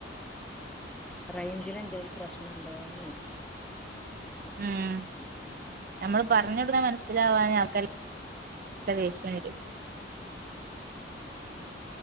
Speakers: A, in the centre; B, on the right (about 50°).
A: റൈഞ്ചിന ന്തേലും പ്രശ്നുണ്ടോന്ന്?
B: ഉം നമ്മൾ പറഞ്ഞ ടനെ മനസ്സിലാവാ ഞക്ക് ദേഷ്യ വരും